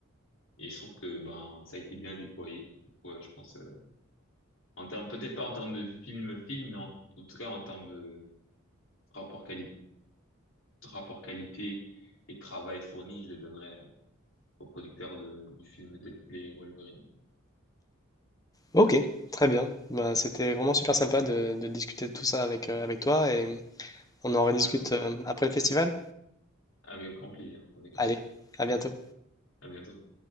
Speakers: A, on the left; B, on the left.
A: et je trouve que ben ça a été bien déployé Du coup, ouais, je pense euh, en termes peut-être pas en termes de film film mais en, en tout cas en termes de rapport qualité rapport qualité et travail fourni je le donnerais au producteur de, du film Deadpool et Wolverine
B: Ok, très bien. Bah, c'était vraiment super sympa de, de discuter de tout ça avec, euh, avec toi et on en rediscute
A: ouais,
B: euh, après le festival.
A: avec grand plaisir on fait comme
B: Allez,
A: ça
B: à bientôt.
A: à bientôt